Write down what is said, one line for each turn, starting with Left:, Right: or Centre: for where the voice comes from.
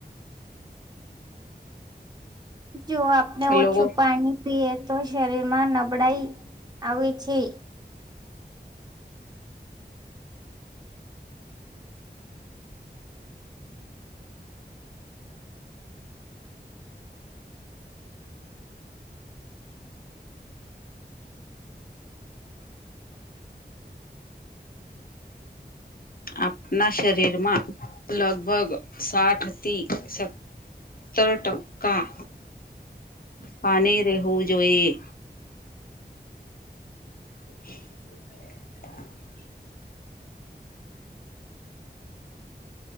Right: જો આપને ઓછું
Left: લોકો
Right: પાની પીએ તો શરીરમાં નબળાઈ આવે છે. હ.
Left: આપણા શરીરમાં લગભગ સાઠ થી સ તર ટંકા પાણી રહેવું જોઈએ. <unintelligible>